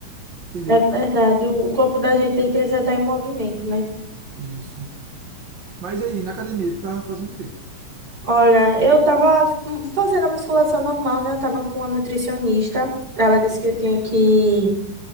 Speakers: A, on the right; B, on the right.
A: entendeu?
B: é verdade. O o corpo da gente, ele precisa estar em movimento, né?
A: Isso. Mas aí, na academia, tu tava fazendo o quê?
B: Olha, eu tava hum, fazendo a musculação normal, né? Eu tava com a nutricionista. Ela disse que eu tinha que